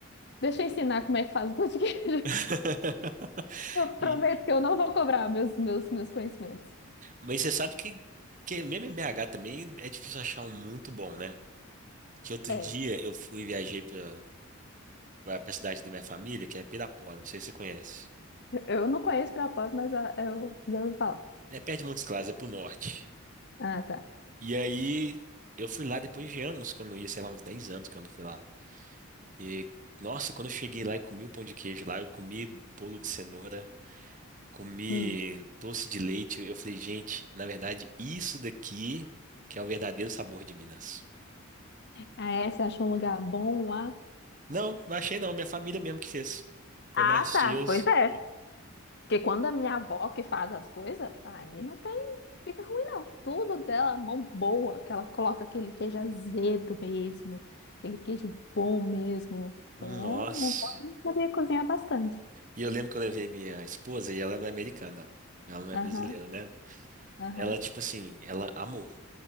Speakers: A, on the left (about 50°); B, on the right (about 35°).
A: Deixa eu ensinar como é que faz o pão de queijo.
B: <laughs>
A: <laughs> Eu prometo
B: E-
A: que eu não vou cobrar meus, meus, meus conhecimentos.
B: Mas você sabe que, que mesmo em BH também é difícil achar um muito bom, né? Que outro
A: É,
B: dia eu fui viajei para a cidade da minha família, que é Pirapora, não sei se você conhece.
A: eu não conheço Pirapora, mas ah, eu já ouvi falar.
B: É perto de Montes Claros, é pro norte.
A: Ah, tá.
B: E aí eu fui lá depois de anos que eu não ia, sei lá, uns 10 anos que eu não fui lá. E nossa, quando eu cheguei lá e comi o pão de queijo lá, eu comi bolo de cenoura, comi
A: Hum.
B: doce de leite. Eu falei, gente, na verdade, isso daqui que é o verdadeiro sabor de Minas.
A: Ah, é? Você achou um lugar bom lá?
B: Não, não achei não, minha família mesmo que fez. Foi
A: Ah,
B: minhas tias.
A: tá. Pois é. Porque quando a minha avó que faz as coisas, aí não tem, fica ruim não. Tudo dela, mão boa, que ela coloca aquele queijo azedo mesmo, aquele queijo bom mesmo. É, não
B: Nossa.
A: pode saber cozinhar bastante.
B: E eu lembro que eu levei minha esposa e ela não é americana. Ela não é
A: Aham,
B: brasileira, né?
A: aham.
B: Ela, tipo assim, ela amou.